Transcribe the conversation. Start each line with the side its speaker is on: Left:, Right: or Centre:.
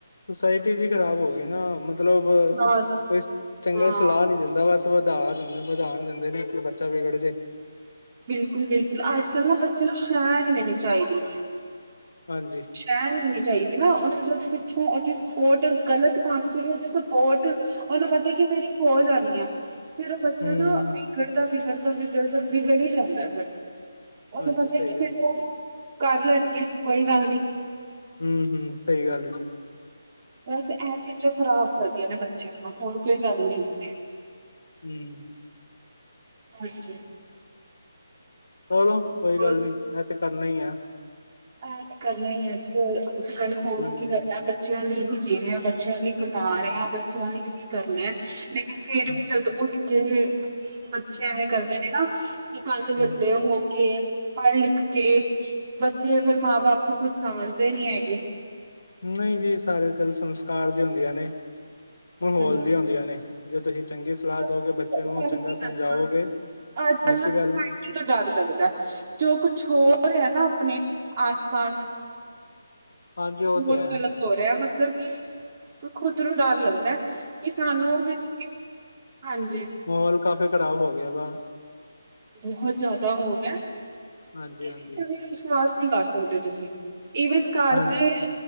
Left: ਸੋਸਾਇਟੀ ਜੀ ਖਰਾਬ ਹੋ ਗਈ ਨਾ ਮਤਲਬ
Right: ਬਸ
Left: ਕੋਈ ਚੰਗਾ
Right: ਹਾਂ।
Left: ਸਲਾਹ ਨਈ ਦਿੰਦਾ ਬਸ ਵਦਾ ਦਿੰਦੇ ਵਦਾਨ ਦਿੰਦੇ ਨੇ ਕਿ ਬੱਚਾ ਵਿਗੜ ਜੇ।
Right: ਬਿਲਕੁਲ-ਬਿਲਕੁਲ ਅੱਜ-ਕੱਲ ਨਾ, ਬੱਚੇ ਨੂੰ ਸੈ ਨੀ ਦੇਣੀ ਚਾਈਦੀ।
Left: ਹਾਂਜੀ।
Right: ਸ਼ੈ ਨੀ ਦੇਨੀ ਚਾਈਦੀ ਨਾ, ਓਨੂੰ ਜਦ ਪਿੱਛੋਂ ਓਦੀ ਸਪੋਟ ਗਲਤ ਕੰਮ ਚ ਵੀ ਓਦੀ ਸਪੋਟ ਓਨੂੰ ਪਤੈ ਕਿ ਮੇਰੀ ਕਾਲਸ ਆਣੀ ਆ ਫਿਰ ਬੱਚਾ
Left: ਹੂੰ
Right: ਨਾ ਵਿਗੜਦਾ-ਵਿਗੜਦਾ-ਵਿਗੜਦਾ ਵਿਗੜ ਈ ਜਾਂਦਾ ਫੇਰ ਓੱਨੂੰ
Left: ਹਾਂਜੀ
Right: ਪਤਾ
Left: ਸਹੀ
Right: ਕਿ
Left: ਗੱਲ
Right: ਮੈਨੂੰ, ਕਰ ਲੈਣਗੇ ਕੋਈ ਗੱਲ ਨੀ
Left: ਹੂਂ-ਹੂਂ ਸਈ ਗੱਲ ਐ ਜੀ।
Right: ਬਸ ਐ ਚੀਜ਼ਾਂ ਖ਼ਰਾਬ ਕਰਦੀਆਂ ਨੇ ਬੱਚੇਆਂ ਨੂੰ ਹੋਰ ਕੋਈ ਗੱਲ ਨੀ ਹੈਗੀ।
Left: ਹੂਂ
Right: ਹਾਂਜੀ।
Left: ਚਲੋ ਕੋਈ
Right: ਹੋਰ
Left: ਗੱਲ ਨੀ, ਐ ਤੇ ਕਰਨਾ ਈ ਐ।
Right: ਐ ਤੇ ਕਰਨਾ ਈ ਐ ਅੱਜ-ਕੱਲ ਅੱਜ ਕੱਲ੍ਹ ਹੋਰ
Left: ਹਾਂਜੀ
Right: ਕੀ ਕਰਨਾ। ਬੱਚੇਆਂ ਲਈ ਹੀ ਜੀ ਰੇਆਂ, ਬੱਚੇਆਂ ਲਈ ਕਮਾ ਰੇਆਂ, ਬੱਚੇਆਂ ਲਈ ਹੀ ਕਰਨੈ। ਲੇਕਿਨ ਫੇਰ
Left: ਹੂੰ
Right: ਵੀ ਜਦੋਂ ਉੱਠ ਗੇ ਬੱਚੇ ਐਵੇਂ ਕਰਦੇ ਨੇ ਨਾ, ਕਿ ਕੱਲ ਨੂੰ
Left: ਹੂੰ
Right: ਵੱਡੇ ਹੋ ਕੇ ਪੜ੍ਹ-ਲਿਖ ਕੇ ਜੇ ਫਿਰ ਮਾਂ ਬਾਪ ਨੂੰ ਕੁੱਛ ਸਮਝਦੇ ਨੀ ਹੈਗੇ।
Left: ਨਈ ਜੀ, ਸਾਰੀ ਗੱਲ ਸੰਸਕਾਰ ਦੀ ਹੁੰਦੀਆਂ ਨੇ, ਮਾਹੌਲ
Right: ਹਾਂਜੀ
Left: ਦੀਆਂ ਹੁੰਦੀਆਂ ਨੇ। ਜੇ ਤੁਸੀਂ ਚੰਗੀ ਸਲਾਹ
Right: ਬਸ
Left: ਦੋਗੇ ਬੱਚੇ
Right: ਤੁਹਾਨੂੰ
Left: ਨੂੰ ਚੰਗਾ
Right: ਕੀ
Left: ਸਮਝਾਓਗੇ,
Right: ਦੱਸਣਾ ਅੱਜ ਕੱਲ
Left: ਐਸੀ
Right: ਨਾ ਸੁਸਾਇਟੀ
Left: ਗੱਲ
Right: ਤੋਂ ਡਰ ਲੱਗਦਾ, ਜੋ ਕੁਛ ਹੋ ਰੇਐ ਨਾ ਆਪਣੇ ਆਸ-ਪਾਸ
Left: ਹਾਂਜੀ
Right: ਬਹੋਤ
Left: ਉਹ ਤੇ ਹੈ
Right: ਗ਼ਲਤ ਹੋ ਰੇਐ ਮਤਲਬ ਕਿ, ਖੁਦ ਨੂੰ ਡਰ ਲੱਗਦੈ। ਕਿ ਸਾਨੂੰ <unintelligible> ਹਾਂਜੀ
Left: ਮਹੌਲ ਕਾਫ਼ੀ ਖ਼ਰਾਬ ਹੋ ਗਿਆ ਵਾ।
Right: ਬਹੋਤ ਜ਼ਿਆਦਾ ਹੋ ਗੇਆ,
Left: ਹਾਂਜੀ-ਹਾਂਜੀ,
Right: ਕਿਸੀ ਤੇ ਵੀ ਵਿਸ਼ਵਾਸ ਨਈ ਕਰ ਸਕਦੇ ਔ ਤੁਸੀਂ, ਈਵਨ ਕਾਰ
Left: ਹਾਂਜੀ
Right: ਦੇ